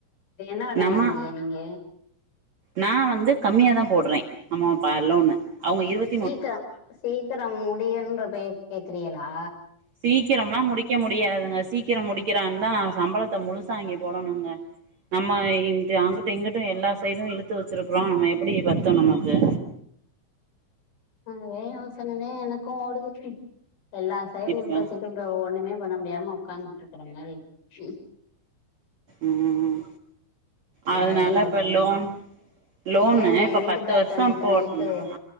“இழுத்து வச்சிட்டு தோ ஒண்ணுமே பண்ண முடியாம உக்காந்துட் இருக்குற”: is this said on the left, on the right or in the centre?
Left